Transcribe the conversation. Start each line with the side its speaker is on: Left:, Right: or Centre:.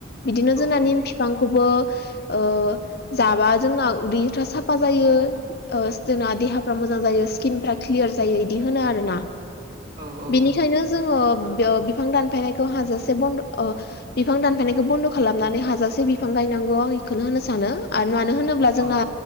Left: बिदिनो
Right: औ
Left: जोंना
Right: नंगौ
Left: निम फिफांखौबो ओ जाबा जोंना उदैफ्रा साफा जायो ओ जोंना देहाफ्रा मोजां जायो स्किनफ्रा क्लियार जायो बिदि होनो आरोना
Right: औ औ
Left: बेनिखायनो
Right: नंगौ
Left: जोङो बिफां दानफायनायखौ हाजासे बन्द अ बिफां दानफायनायखौ बन्द खालामनानै हाजासे बिफां गायनौ आं इखौनो होननो सानो आरो मानो होनोब्ला
Right: औ
Left: जोंना